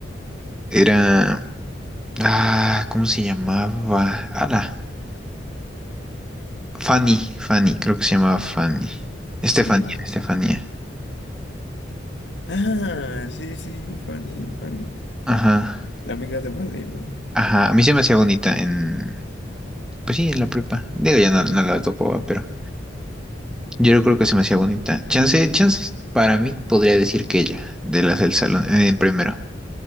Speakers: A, in the centre; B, on the left.
A: era, ah, ¿cómo se llamaba? Ala, Fanny, Fanny, creo que se llamaba Fanny. Estefanía,
B: Fanny.
A: Estefanía.
B: Ah, sí, sí, Fanny, Fanny.
A: Ajá,
B: La amiga de Vale, ¿no?
A: ajá, a mí se me hacía bonita en, pues sí, en la prepa. Digo, ya no, no la topo, ¿va? pero... Yo no creo que se me hacía bonita. Chance, chances, para mí podría decir que ella, de las del salón, eh, en primero.